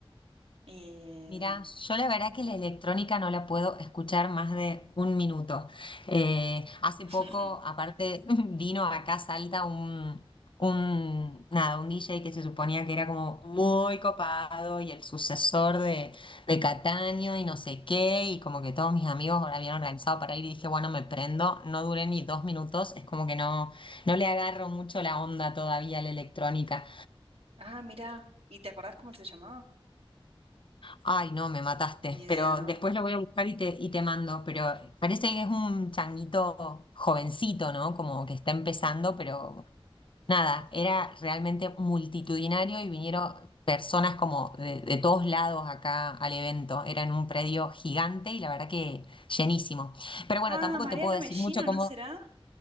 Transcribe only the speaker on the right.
Eh,
<laughs>
ah, mirá, ¿y te acordás cómo se llamaba?
Ni idea,
¿no?
Ah,
Mariano
Mellino,
¿no será?